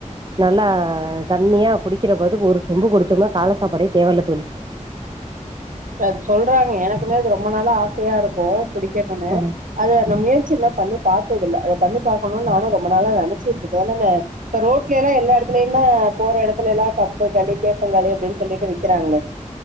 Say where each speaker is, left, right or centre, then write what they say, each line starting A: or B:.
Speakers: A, on the right (about 35°); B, on the right (about 85°).
A: நல்லா தண்ணியா குடிக்கிற பதத்துக்கு ஒரு சொம்பு குடிச்சோம்னா காலசாப்பாடே தேவ இல்ல தோழி
B: இப்ப அது சொல்றாங்க எனக்குமே அது ரொம்ப நாள ஆசையா இருக்கு குடிக்கணுனு
A: ஆ
B: அது அந்த முயற்சி எல்லா பண்ணி பாத்ததில்ல அத பண்ணி பாக்கணுனு நானு ரொம்ப நாளா நினைச்சிட்டு இருக்கே என்னன்னே இப்ப ரோட்லயல்லா எல்லா இடத்துலயுந்தா போற இடத்துல எல்லாமே கம்பு களி கேப்பங்களி அப்படின்னு சொல்லிட்டு விக்கிறாங்களே